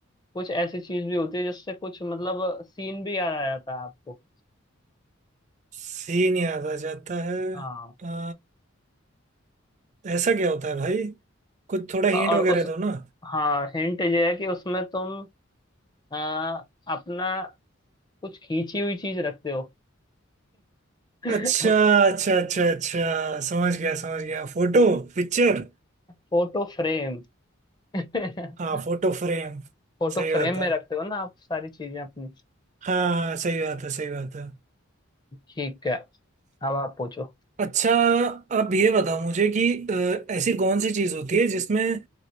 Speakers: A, on the left; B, on the right.
A: कुछ ऐसी चीज भी होती है जिससे कुछ मतलब सीन भी याद आ जाता है आपको
B: सीन याद आ जाता है
A: हाँ
B: आ, ऐसा क्या होता है भाई कुछ थोड़ा हिंट
A: और
B: वगैरह
A: उस
B: दो ना
A: हाँ हिंट ये है कि उसमें तुम आ, अपना कुछ खींची हुई चीज रखते हो <laughs>
B: अच्छा अच्छा अच्छा अच्छा समझ गया समझ गया फोटो पिक्चर
A: Photo frame <laughs>
B: हाँ फोटो फ्रेम
A: फोटो
B: सही
A: फ्रेम
B: बात है
A: में रखते हो ना आप सारी चीजें अपनी
B: हाँ हाँ सही बात है सही बात है
A: ठीक है अब आप पूछो
B: अच्छा अब ये बताओ मुझे कि अ, ऐसी कौन सी चीज होती है जिसमें